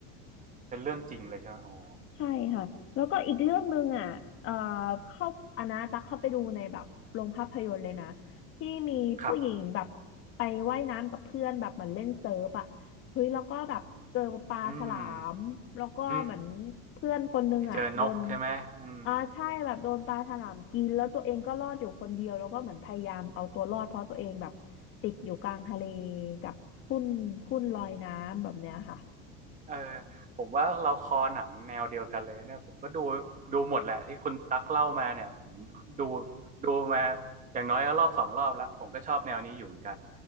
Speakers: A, on the right; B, on the left.
A: เป็นเรื่องจริงเลยใช่ไหมอ๋อ
B: ใช่ค่ะแล้วก็อีกเรื่องหนึ่งอ่ะเอ่อเข้าอันนะตักเข้าไปดูในแบบโรงภาพยนตร์เลยนะที่มีผู้หญิงแบบไปว่ายน้ำกับเพื่อนแบบเหมือนเล่นเซิร์ฟอ่ะเฮ้ยแล้วก็แบบเจอปลาฉลามแล้วก็เหมือน
A: ครับอืมอืม
B: เพื่อนคนนึงอ่ะโดน
A: ไปเจอนกใช่ไหมอืม
B: อ่าใช่แบบโดนปลาฉลามกินแล้วตัวเองก็รอดอยู่คนเดียวแล้วก็เหมือนพยายามเอาตัวรอดเพราะตัวเองแบบติดอยู่กลางทะเลกับทุ่นทุ่นลอยน้ำแบบเนี้ยค่ะ
A: เออผมว่าเราคอหนังแนวเดียวกันเลยเนี่ยผมก็ดูดูหมดแหละที่คุณตั๊กเล่ามาเนี่ยผมดูดูมาอย่างน้อยก็รอบสองรอบแล้วผมก็ชอบแนวนี้อยู่เหมือนกัน